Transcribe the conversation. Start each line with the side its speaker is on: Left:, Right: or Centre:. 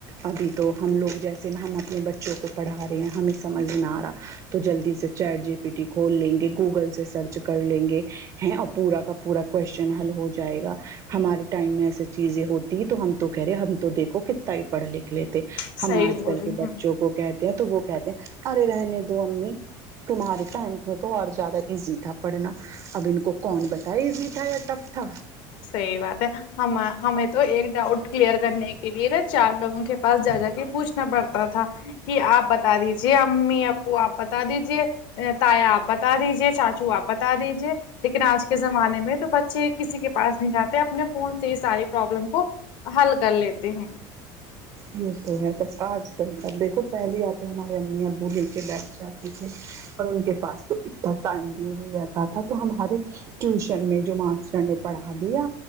Right: ابھی تو ہم لوگ جیسے ہم اپنے بچ چوں کو پڑھا رہے ہے ہمیں سمجھ میں ا رہا تو جلدی سے چیٹ جی پی ٹی کھول لیں گے گوگل سے سرچ کر لیں گے ہیں اور پورا کا پورا کوشچن حل ہو جائے گا ہمارے ٹائم میں ایسی چیزیں ہوتی تو ہم تو کہہ رہے ہم تو دیکھو کتتا ہی پڑھ لیتے
Left: صحیح
Right: ہم آج
Left: بول
Right: کل
Left: رہی
Right: کے
Left: ہیں
Right: بچوں کو کہتے ہیں تو وہ کہتے ہیں ارے رہنے دو امی تمہارے ٹائم میں تو اور زیادہ ایزی تھا پڑھنا اب ان کو کون بتاے ایزی تھا یا ٹف تھا
Left: صحیح بات ہے ہم ہمیں تو ایک ڈاؤٹ کلیئر کرنے کے لیے چار لوگوں کے پاس جا جا کے پوچھنا پڑتا تھا کہ آپ بتا دیجیے امی اب و آپ بتا دیجے تایا آپ بتا دیجے چاچو آپ بتا دیجے لیکن آج کے زمانے میں تو بچے کسی کے پاس نہیں جاتے اپنے فون سے یہ ساری پرابلم کو حل کر لیتے ہیں
Right: یہ تو ہے بس آج کل کا دیکھو پہلے یا تو ہمارے امی ابو لے کے بیٹھ جاتے اور ان کے پاس تو اتنا ٹائم بھی نہیں رہتا تھا تو ہمارے ٹیوشن میں جو ماسٹر نے پڑھا دیا